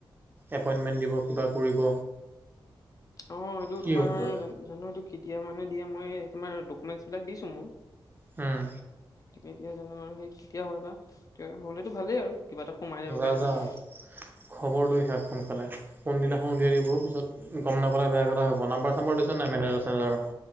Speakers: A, on the right (about 20°); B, on the left (about 40°).
A: এপইণ্টমেণ্ট দিব, কিবা কৰিব।
B: অ' এইটো
A: কি
B: তোমাৰ
A: হ'লগৈ
B: জানো এইটো কেতিয়া মানে দিয়ে, মই তোমাৰ ডকুমেণ্টছবিলাক দিছোঁ মোৰ।
A: হুম।
B: কেতিয়া জানো আৰু সেই কেতিয়া হয় বা তে হ'লেতো ভালেই আৰু। কিবা এটা সোমাই যাব
A: য
B: পাৰিম
A: যা
B: তেতিয়া
A: খবৰ লৈ থাাক সোনকালে, কোনদিনাখন উলিয়াই দিব পিছত গম নাপাললে বেয়া কথা হ'ব, নাম্বাৰ চাম্বাৰ লৈছ নাই মেনেজাৰ চেনেজাৰৰ?